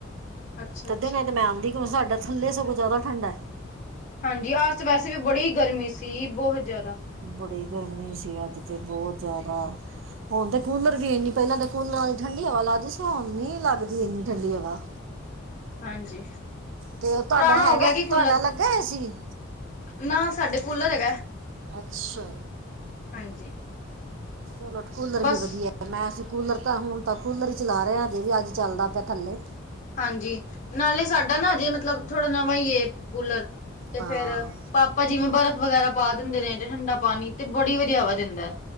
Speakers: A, on the left (about 40°); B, on the right (about 65°).
A: ਅੱਛਾ
B: ਤਧੇ
A: ਅੱਛਾ
B: ਨੀ ਤੇ ਮੈਂ ਆਂਦੀ ਕਿਉਂ ਸਾਡਾ ਥੱਲੇ ਸਗੋਂ ਜ਼ਿਆਦਾ ਠੰਡ ਹੈ।
A: ਹਾਂਜੀ ਆਜ ਤ ਵੈਸੇ ਵੀ ਬੜੀ ਗਰਮੀ ਸੀ ਬੋਤ ਜਾਦਾ।
B: ਬੜੀ ਗਰਮੀ ਸੀ ਅੱਜ ਤ ਬੋਤ ਜ਼ਿਆਦਾ ਹੁਣ ਤੇ ਕੂਲਰ ਵੀ ਇੰਨੀ ਪੈਲਾਂ ਤਾਂ ਕੂਲਰਾਂ ਦੀ ਠੰਡੀ ਹਵਾ ਲੱਗਦੀ ਸੀ ਹੁਣ ਨੀ ਲੱਗਦੀ ਇੰਨੀ ਠੰਡੀ ਹਵਾ।
A: ਹਾਂਜੀ
B: ਤੇ ਓ ਤੁਆਡਾ
A: ਪੁਰਾਣਾ
B: ਹੈਗਾ
A: ਹੋ ਗਿਆ ਕਿ ਕੂਲਰ
B: ਤੁਆਡਾ ਲੱਗਾ ਏ ਸੀ?
A: ਨਾ, ਸਾਡੇ ਕੂਲਰ ਹੈਗਾ।
B: ਅੱਛਾ,
A: ਹਾਂਜੀ
B: ਚਲੋ ਕੂਲਰ
A: ਬਸ
B: ਵੀ ਵਧੀਐ। ਤੇ ਮੈਂ ਅਸੀ ਕੂਲਰ ਤਾਂ ਹੁਣ ਤਾਂ ਕੂਲਰ ਈ ਚਲਾ ਰੇ ਆ ਅਜੇ ਵੀ ਅੱਜ ਚੱਲਦਾ ਪਿਆ ਥੱਲੇ।
A: ਹਾਂਜੀ, ਨਾਲੇ ਸਾਡਾ ਨਾ ਹਜੇ ਮਤਲਬ ਥੋੜਾ ਨਵਾਂ ਈ ਏ ਕੂਲਰ ਤੇ
B: ਹਾਂ
A: ਫੇਰ ਪਾਪਾ ਜਿਵੇਂ ਬਰਫ਼ ਵਗੈਰਾ ਪਾ ਦਿੰਦੇ ਨੇ ਤੇ ਠੰਡਾ ਪਾਣੀ ਤੇ ਬੜੀ ਵਧੀਆ ਹਵਾ ਦੇਂਦਾ ਐ।